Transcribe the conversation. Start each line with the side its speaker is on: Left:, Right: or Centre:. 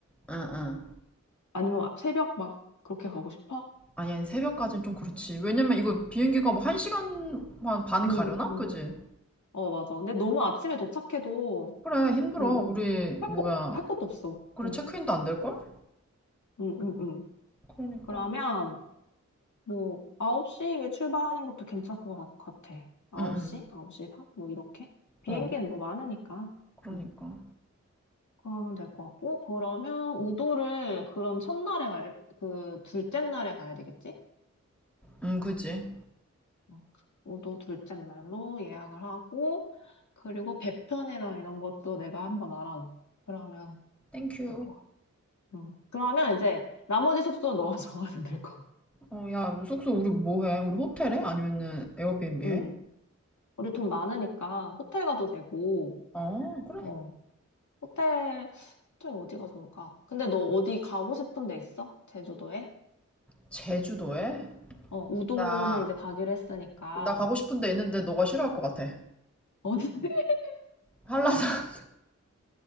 Centre: 응, 응.
Left: 아니면 새벽 막 그렇게 가고 싶어?
Centre: 아니, 아니, 새벽까지는 좀 그렇지. 왜냐면 이거 비행기가 뭐 한 시간만 반
Left: 응,
Centre: 가려나?
Left: 응.
Centre: 그지?
Left: 어, 맞아. 근데 너무 아침에 도착해도,
Centre: 그래, 힘들어.
Left: 뭐,
Centre: 우리,
Left: 할
Centre: 뭐야.
Left: 것, 할 것도 없어.
Centre: 그래,
Left: 응,
Centre: 체크인도 안 될걸?
Left: 응, 응, 응.
Centre: 그러니까.
Left: 그러면, 뭐, 9시에 출발하는 것도 괜찮을 것 같- 같아. 9시?
Centre: 응, 응.
Left: 9시 반? 뭐, 이렇게? 비행기는
Centre: 어,
Left: 뭐 많으니까.
Centre: 그러니까.
Left: 응, 그러면 될 것 같고. 그러면, 우도를, 그럼 첫날에 갈, 그, 둘째 날에 가야 되겠지?
Centre: 응, 그지?
Left: 응. 우도 둘째 날로 예약을 하고, 그리고 배편이랑 이런 것도 내가 한번 알아놓 그러면,
Centre: 땡큐.
Left: 될 것 같아 음. 그러면 이제 나머지 숙소는 너가 <laughs> 정하면 될 것 같아.
Centre: 어, 야, 숙소 우리 뭐 해? 우리 호텔에? 아니면은 에어비앤비에?
Left: 음. 우리 돈 많으니까 호텔 가도 되고,
Centre: 어, 그래.
Left: 어. 호텔, 호텔 어디가 좋을까? 근데 너 어디 가고 싶은 데 있어? 제주도에?
Centre: 제주도에?
Left: 어, 우도는
Centre: 나,
Left: 이제 가기로 했으니까.
Centre: 나 가고 싶은 데 있는데 너가 싫어할 것 같아.
Left: 어디? <laughs>
Centre: 한라산